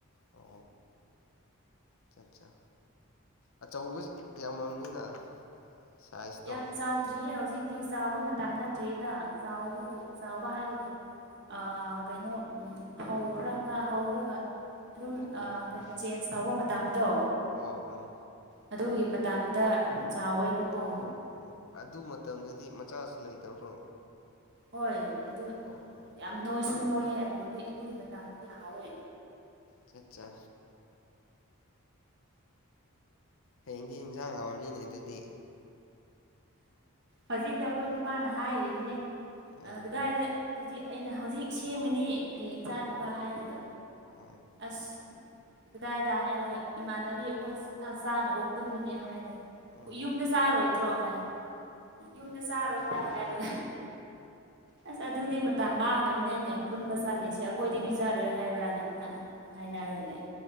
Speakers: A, on the left; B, on the right.
A: ꯑꯣ ꯑꯠꯆꯥ ꯑꯠꯆꯥ ꯑꯆꯧꯕ ꯌꯥꯝꯃꯝꯅꯤꯅ ꯁꯥꯏꯖꯇꯣ
B: ꯌꯥꯝ ꯆꯥꯎꯗ꯭ꯔꯤꯌꯦ ꯍꯧꯖꯤꯛꯇꯤ ꯆꯥꯎꯕ ꯃꯇꯝ ꯅꯠꯇ꯭ꯔꯤꯗ ꯆꯥꯎꯕꯕꯨ ꯆꯥꯎꯕ ꯍꯥꯏꯕꯕꯨ ꯑ ꯀꯩꯅꯣ ꯐꯧ ꯈꯔ ꯈꯔ ꯍꯧꯔꯒ ꯑꯗꯨꯝ
A: ꯑꯣ ꯑꯣ ꯍꯣ
B: ꯀꯩꯅꯣ ꯆꯦꯟꯖ ꯇꯧꯕ ꯃꯇꯝꯗꯣ
A: ꯍꯣ ꯍꯣ ꯑꯣ ꯑꯣ
B: ꯑꯗꯨꯒꯤ ꯃꯇꯗ ꯆꯥꯎꯋꯦꯕꯀꯣ
A: ꯑꯣ ꯑꯣ ꯑꯣ ꯑꯗꯨ ꯃꯇꯝꯗꯗꯤ ꯃꯆꯥꯁꯨ ꯂꯩꯇꯕ꯭ꯔꯣ
B: ꯍꯣꯏ ꯑꯗꯨ
A: ꯑꯣ ꯑꯣ
B: ꯌꯥꯝ ꯅꯣꯏꯁꯨ ꯅꯣꯏꯌꯦ ꯑꯗꯨꯗꯤ ꯑꯗꯨꯒꯤ ꯃꯇꯥꯡꯗꯗꯤ ꯍꯥꯎꯋꯦ
A: ꯆꯠꯆꯥꯆꯥ ꯍꯌꯦꯡꯗꯤ ꯏꯟꯁꯥꯡ ꯍꯥꯎꯔꯅꯤꯅꯦ ꯑꯗꯨꯗꯤ
B: ꯍꯧꯖꯤꯛꯇ ꯑꯩꯈꯣꯏ ꯅꯨꯄꯥꯅ ꯍꯥꯏꯔꯤꯕꯅꯦ
A: ꯑꯥ
B: ꯀꯗꯥꯏꯗ ꯍꯧꯖꯤꯛ ꯑꯩꯅ ꯍꯧꯖꯤꯛ ꯁꯦꯝꯒꯅꯤ ꯍꯌꯦꯡ ꯆꯥꯅꯕ ꯍꯥꯏꯔꯒ
A: ꯑꯥ
B: ꯑꯁ ꯀꯗꯥꯏꯗ ꯍꯥꯏꯔꯒ ꯏꯃꯥꯟꯅꯕꯤ ꯑꯩꯈꯣꯏ ꯆꯥꯅꯕ ꯍꯨꯟꯕꯅꯦ ꯍꯥꯏꯔꯒ
A: ꯑꯥ
B: ꯌꯨꯝꯗ ꯆꯥꯔꯣꯏꯗ꯭ꯔꯣ ꯍꯥꯏ ꯌꯨꯝꯗ ꯆꯥꯔꯣꯏ ꯍꯗ ꯍꯥꯏꯔꯒ ꯑꯁ ꯑꯗꯨꯗꯤ ꯃꯇꯝ ꯃꯥꯡꯅꯕꯅꯦꯅꯦ ꯈꯨꯟꯕ ꯆꯥꯂꯤꯁꯦ ꯑꯩꯈꯣꯏꯗꯤ ꯄꯤꯖꯔꯣꯏ ꯍꯥꯏꯕ꯭ꯔꯥꯅ ꯈ ꯍꯥꯏꯥꯏꯅ ꯂꯒ ꯂꯩ